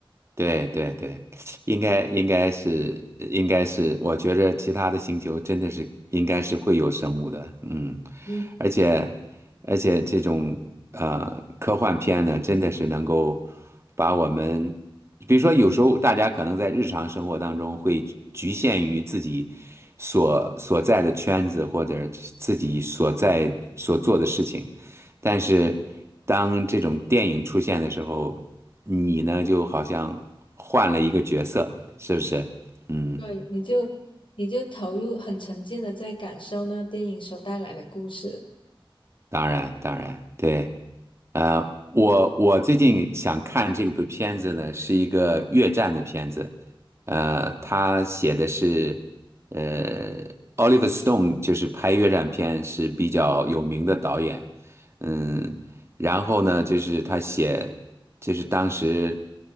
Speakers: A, on the right; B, on the left.
A: 对对对，应该应该是应该是，我觉着其他的星球真的是应该是会有生物的，嗯，
B: 嗯，
A: 而且而且这种呃科幻片呢，真的是能够把我们，比如说有时候大家可能在日常生活当中会局限于自己所所在的圈子或者自己所在所做的事情，但是当这种电影出现的时候，你呢就好像换了一个角色，是不是？嗯，
B: 对，你就你就投入很沉浸的在感受那个电影所带来的故事。
A: 当然，当然，对。呃，我我最近想看这部片子呢，是一个越战的片子，呃，他写的是，呃，Oliver Stone 就是拍越战片是比较有名的导演，嗯，然后呢，就是他写，就是当时，